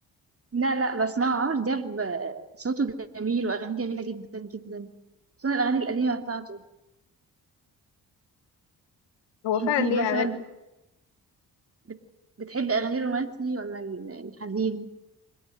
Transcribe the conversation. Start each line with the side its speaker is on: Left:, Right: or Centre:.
Right: لا لا بسمعه عمرو دياب آه، صوته جميل واغانيه جميله جدا جدا خصوصا الاغاني القديمه بتاعته
Left: هو
Right: انتي
Left: فعلا ليه
Right: مثلا
Left: اغاني
Right: بت- بت- بتحبي اغاني الرومانسي ولا ال- الحزين